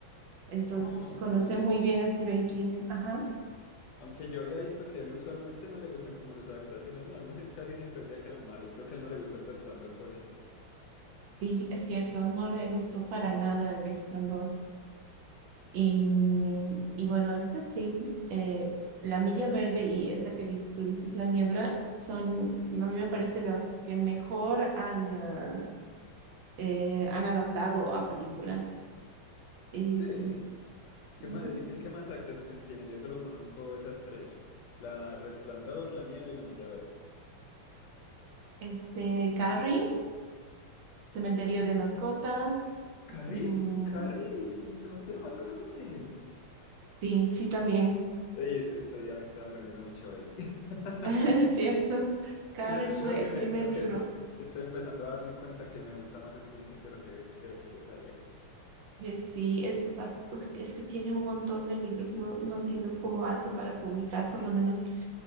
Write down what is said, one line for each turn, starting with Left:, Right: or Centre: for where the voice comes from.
Right: Entonces,
Left: Oh.
Right: conoce muy bien a Stephen King. Ajá.
Left: Aunque yo había visto que él usualmente no le gustan como sus adaptaciones, no, él no siem- casi siempre decía que eran malas. Creo que a él no le gustó El Resplandor, por ejemplo.
Right: Sí, es cierto, no le gustó para nada El Resplandor. Y, y bueno, esta sí, eh, La Milla Verde y esta que di- tú dices, La Niebla, son, a mí me parece, las que mejor han, ah, eh, han adaptado a películas. Y
Left: Sí,
Right: sí.
Left: ¿qué
Right: Ujú.
Left: más, el, el que más adaptaciones tiene? Yo solo conozco esas tres: La Resplandor, La Niebla y La Milla Verde.
Right: Este, Carrie. Cementerio de mascotas.
Left: Carrie,
Right: Mm,
Left: Carrie, Cementerio de Mascotas son de él.
Right: sí, sí, también.
Left: Ey, es- estoy, estoy aprendiendo mucho hoy. <laughs>
Right: <laughs> Es cierto. Carrie
Left: Creo,
Right: fue
Left: creo que
Right: el
Left: me,
Right: primer
Left: creo
Right: libro.
Left: que me estoy empezando a darme cuenta que me gusta más Stephen King de lo que, de lo que yo sabía.
Right: Eh, Sí, es, bas- Uf, es que tiene un montón de libros. No, no entiendo cómo hace para publicar por lo menos